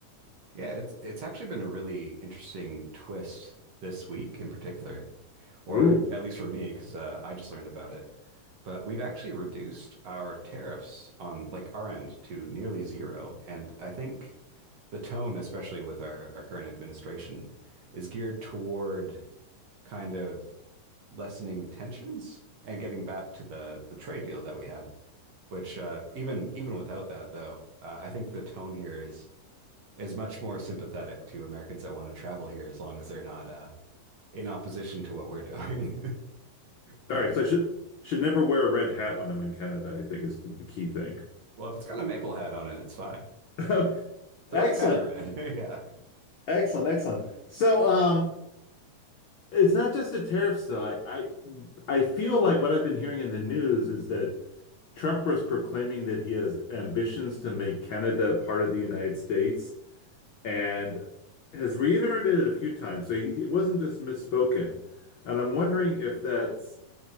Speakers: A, on the right; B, on the left.
A: Yeah, it's it's actually been a really interesting twist this week in particular, or
B: Oh.
A: at least for me, because uh, I just learned about it. But we've actually reduced our tariffs on like our end to nearly zero, and I think the tone, especially with our, our current administration, is geared toward kind of lessening tensions and getting back to the the trade deal that we had. Which uh, even even without that, though, uh, I think the tone here is is much more sympathetic to Americans that want to travel here as long as they're not uh, in opposition to what we're doing. <laughs> Kinda.
B: All right, so I should should never wear a red hat when I'm in Canada, I think is the key thing.
A: Well, if it's got a maple hat on it, it's fine.
B: <laughs>
A: The
B: Excellent.
A: right kind of red. <laughs> Yeah.
B: Excellent, excellent. So, um, it's not just the tariffs though. I, I I feel like what I've been hearing in the news is that Trump was proclaiming that he has ambitions to make Canada part of the United States and has reiterated it a few times. So he, it wasn't just misspoken. And I'm wondering if that's